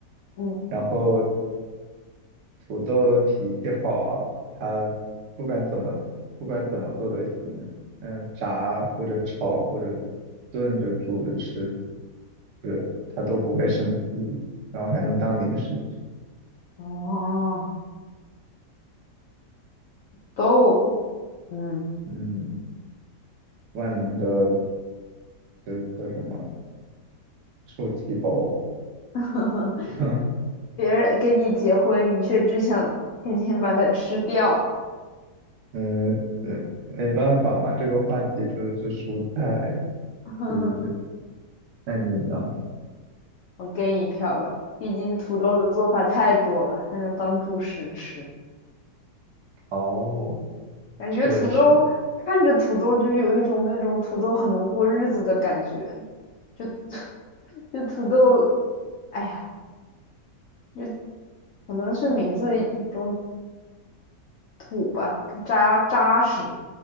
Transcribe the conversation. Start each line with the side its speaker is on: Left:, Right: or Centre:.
Left: 嗯，
Right: 然后土豆脾气好啊，它不管怎么不管怎么做都行，嗯，炸或者炒或者炖着煮着吃，不是，它都不会生气，然后还能当零食吃。
Left: 哦，都嗯，
Right: 嗯。万能的，就叫什么受气包。
Left: <laughs>
Right: <laughs>
Left: 别人跟你结婚，你却只想天天把它吃掉。
Right: 嗯，呃没办法嘛，这个话题就是蔬菜，
Left: <laughs>
Right: 对对对。那你呢？
Left: 我给你一票吧，毕竟土豆的做法太多了，还能当主食吃。
Right: 哦，
Left: 感觉土豆看着土豆就有一种那种土豆很能过日子的感觉，
Right: 确实，
Left: 就就土豆，哎呀，就可能是名字一种土吧，扎扎实，